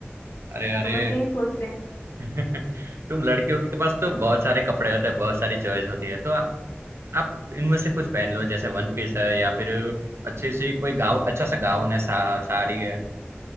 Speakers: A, on the right (about 75°); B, on the left (about 80°).
A: अरे अरे
B: तो बस यही सोच रहे
A: <laughs> तुम लड़कियों के पास तो बहुत सारे कपड़े होते हैं बहुत सारी चॉइस होती है तो आ, आप इनमें से कुछ पहन लो जैसे वन पीस है या फिर अच्छी सी कोई गाउन अच्छा सा गाउन है सा, साड़ी है